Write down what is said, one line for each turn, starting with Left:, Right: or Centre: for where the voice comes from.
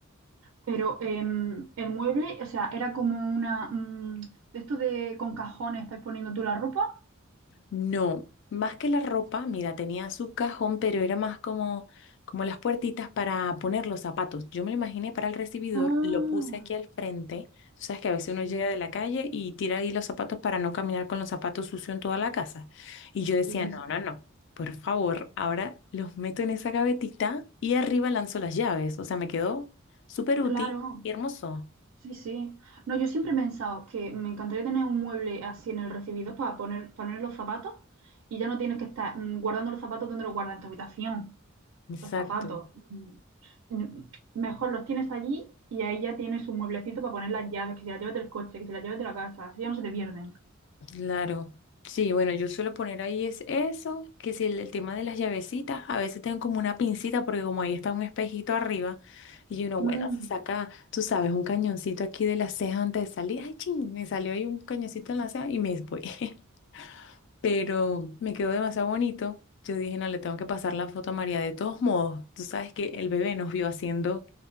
Right: Pero em, el mueble, o sea, era como una mm, de esto de con cajones para ir poniendo tú la ropa.
Left: No, más que la ropa, mira, tenía su cajón, pero era más como, como las puertitas para poner los zapatos. Yo me lo imaginé para el recibidor,
Right: ah,
Left: lo puse aquí al frente. Tú sabes que a veces uno
Right: sí,
Left: llega de la calle y tira ahí los zapatos para no caminar con los zapatos sucios en toda la casa. Y yo decía,
Right: sí,
Left: no,
Right: sí. sí.
Left: no, no, por favor, ahora los meto en esa gavetita y arriba lanzo las llaves. O sea, me quedó súper útil
Right: Claro,
Left: y hermoso.
Right: sí, sí. No, yo siempre he pensado que me encantaría tener un mueble así en el recibidor para poner, poner los zapatos y ya no tienes que estar mm, guardando los zapatos donde los guardas en tu habitación.
Left: Exacto.
Right: Los zapatos. mm, mm, Mejor los tienes allí y ahí ya tienes un mueblecito para poner las llaves, que si las llaves del coche, que si las llaves de la casa, así ya no se te pierden.
Left: Claro. Sí, bueno, yo suelo poner ahí es eso, que si el, el tema de las llavecitas, a veces tengo como una pincita porque como ahí está un espejito arriba y uno,
Right: Mm,
Left: bueno, se saca, tú sabes, un cañoncito aquí de la ceja antes de salir, ay, ching, me salió ahí un cañoncito en la ceja y me voy. <laughs> Pero me quedó demasiado bonito. Yo dije, no, le tengo que pasar la foto a María. De todos modos, tú sabes que el bebé nos vio haciendo